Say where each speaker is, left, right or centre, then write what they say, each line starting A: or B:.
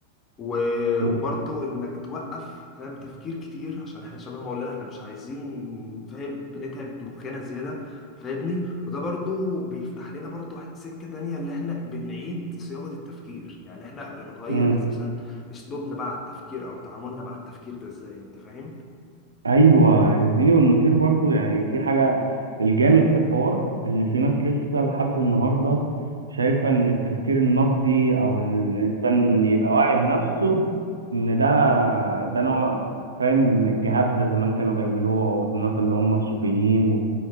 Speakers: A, on the left (about 25°); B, on the right (about 75°).
A: و-
B: م-
A: وبرضه انك توقف فاهم تفكير كتير عشان احنا شبه ما قلنا احنا مش عايزين فاهم نتعب مخنا زياده فاهمني وده برضه بيفتح لنا برضه سكه تانية اللي احنا بنعيد صياغه التفكير يعني احنا بنغير
B: م.
A: اساسا اسلوبنا بقى على التفكير او تعاملنا مع التفكير ده ازاي انت فاهم
B: ايوه يا زميلي والمثير برضو يعني في حاجة الجامد في الحوار ان في ناس لسه لحد النهاردة شايفة ان التفكير النقدي او ان الانسان يبقى واعي بنفسه ان ده ده نوع فاهم الجهابزة زمان كانوا بيعملوها والناس اللي هم الصوفيين